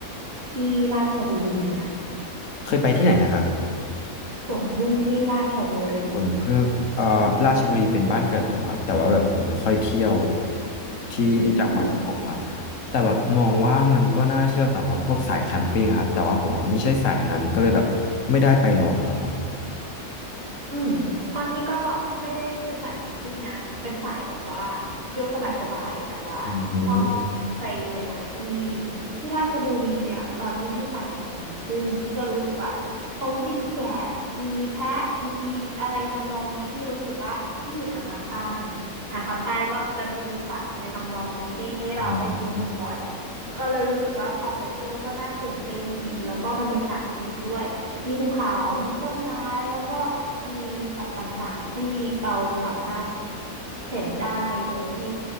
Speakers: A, on the right (about 40°); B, on the left (about 60°).
A: ที่ราชบุรีอ่ะ
B: เคยไปที่ไหนนะครับ
A: สวนผึ้งที่ราชบุรี
B: ผมเพิ่งเอ่อราชบุรีเป็นบ้านเกิดผมครับแต่ว่าแบบผมไม่ค่อยเที่ยวที่จังหวัดผมครับ
A: อืม
B: แต่แบบมองว่ามันก็น่าเที่ยวสำหรับพวกสายแคมปิ้งอะครับแต่ว่าผมอะไม่ใช่สายนั้นก็เลยแบบไม่ได้ไปลองครับผม
A: อืมพอนี้ก็ไม่ได้เป็นสายแคมปิ้งนะเป็นสายแบบว่าเที่ยวสบายๆแต่ว่าชอบไปหลายๆที่
B: อืม
A: ที่ราชบุรีเนี่ยตอนที่พี่ไปสวนผึ่งที่ก็รู้สึกว่าเขามีแกะมีแพะมีอะไรทำนองนี้ที่รู้สึกว่าพี่อยู่ทางภาคใต้ไงทางภาคใต้ก็จะไม่มีสัตว์ในทำนองนี้ให้ให้เราได้ชมบ่อยๆก็เลยรู้สึกว่าพอไปเที่ยวก็น่าตื่นเต้นดีแล้วก็บรรยากาศดีด้วย
B: อืม
A: มีภูเขามีต้นไม้ แล้วก็มีสัตว์ต่างๆที่เราสามารถเห็นได้โดยที่